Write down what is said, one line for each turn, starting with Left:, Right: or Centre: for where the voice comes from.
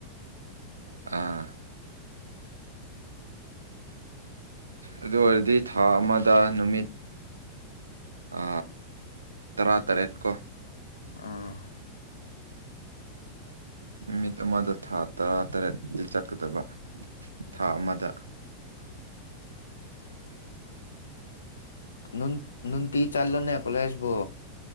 Right: ꯑꯥ ꯑꯗꯨ ꯑꯣꯏꯔꯗꯤ ꯊꯥ ꯑꯃꯗ ꯅꯨꯃꯤꯠ ꯑ ꯇꯔꯥ ꯇꯔꯦꯠ ꯀꯣ
Left: ꯑꯥ
Right: ꯅꯨꯃꯤꯠ ꯑꯃꯗ ꯊꯥ ꯇꯔꯥꯇꯔꯦꯠꯇ ꯆꯠꯀꯗꯕ ꯊꯥ ꯑꯃꯗ
Left: ꯅꯨꯟ ꯅꯨꯟꯇꯤ ꯆꯥꯂꯣꯅꯦ ꯀꯂꯁꯕꯣ